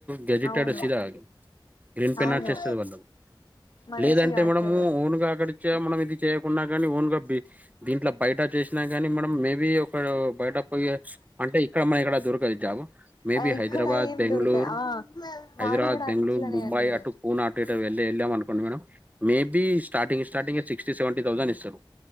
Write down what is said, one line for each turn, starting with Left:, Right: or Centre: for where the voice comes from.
Right: గజిటెడ్
Left: అవును
Right: సిద గ్రీన్ పెన్
Left: అవును
Right: ఆచేస్తది వాళ్ళకు
Left: మంచిగా
Right: లేదంటే మేడము
Left: అసలు
Right: ఓన్గా అక్కడిచ్చ మనం ఇది చేయకుండా కాని ఓన్గా దీంట్ల బయట చేసినా కానీ మనం మేబీ ఒక బయట పోయి అంటే ఇక్కడ అమ్మాయి అక్కడ <unintelligible> మేబి
Left: ఆ ఇక్కడ
Right: హైదరాబాద్
Left: ఏం
Right: బెంగళూరు
Left: దొరకదు ఆ వాడు
Right: హైదరాబాద్
Left: కూడా
Right: బెంగళూరు
Left: అట్లనే
Right: ముంబై
Left: అన్నాడు
Right: అటు పూ నార్త్ ఎటో వెళ్ళి వెళ్ళామనుకోండి మేడం మేబీ స్టార్టింగ్ స్టార్టింగే సిక్స్టీ సెవెంటీ థౌసండ్ ఇస్తారు